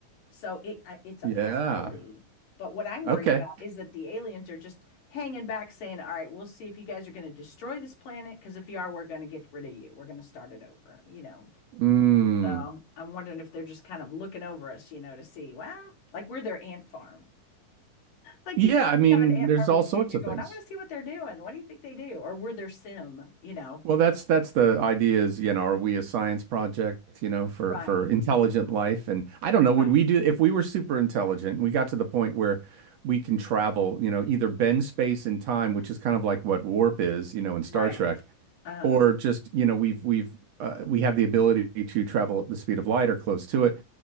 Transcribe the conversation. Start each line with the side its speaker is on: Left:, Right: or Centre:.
Left: So it I, it's a
Right: Yeah.
Left: possibility. But what I'm worried
Right: Okay.
Left: about is that the aliens are just hanging back saying, all right, we'll see if you guys are going to destroy this planet. Because if you are, we're going to get rid of you. We're going to start it over, you know.
Right: Mm.
Left: So I'm wondering if they're just kind of looking over us, you know, to see, wow, like we're their ant farm. Like,
Right: Yeah,
Left: you know, when
Right: I mean,
Left: you have an ant
Right: there's
Left: farm
Right: all
Left: as a kid,
Right: sorts
Left: you're
Right: of
Left: going,
Right: things.
Left: I want to see what they're doing. What do you think they do? Or were their sim, you know?
Right: Well, that's that's the idea is, you know, are we a science project, you know, for
Left: Right,
Right: for intelligent life? And I don't know, would
Left: right,
Right: we do if we were super intelligent and we got to the point where we can travel, you know, either bend space and time, which is kind of like what warp is, you know, in Star
Left: right.
Right: Trek,
Left: Uh,
Right: or just, you know, we have we've uh, we have the ability to travel at the speed of light or close to it.